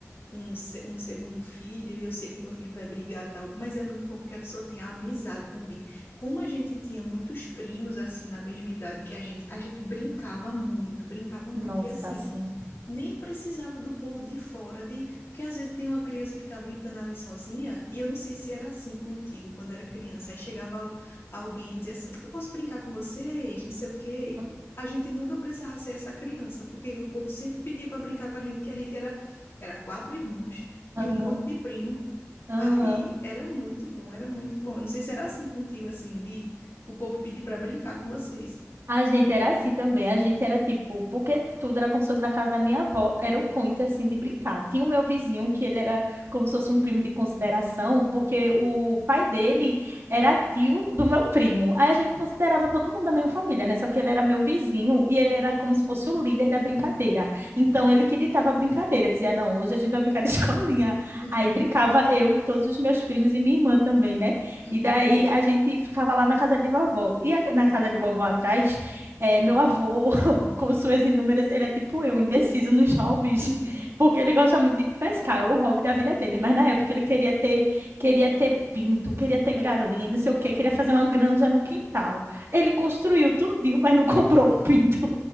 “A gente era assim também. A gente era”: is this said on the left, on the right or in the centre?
Right